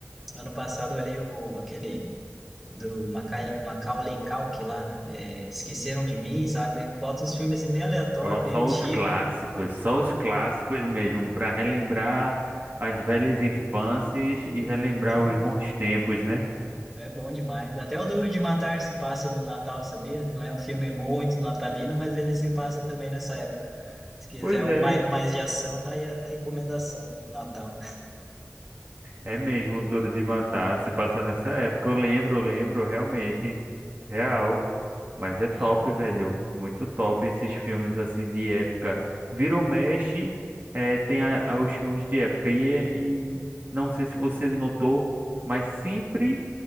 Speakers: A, in the centre; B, on the right (about 40°).
A: Ano passado eu olhei o, aquele do Maca Macaulay Culkin lá, é, Esqueceram de Mim, sabe? Bota uns filmes assim, bem aleatórios,
B: ó,
A: bem
B: só
A: antigos.
B: os clássicos, só os clássicos mesmo, para relembrar as velhas infâncias e relembrar
A: Bom,
B: os bons tempos, né?
A: É bom demais. Até o Duro de Matar se passa no Natal, sabia? Não é um filme muito natalino, mas ele se passa também nessa época. Se quiser
B: Pois
A: um
B: é.
A: mais, mais de ação, tá aí a recomendação no Natal.
B: É mesmo Duro de Matar, se passa nessa época. Eu lembro, eu lembro, realmente, real. Mas é
A: Ah,
B: top, velho. Muito top esses filmes assim de época. Virou mexe, é, tem a- a- os filmes de época. E, é- e não sei se você notou, mas sempre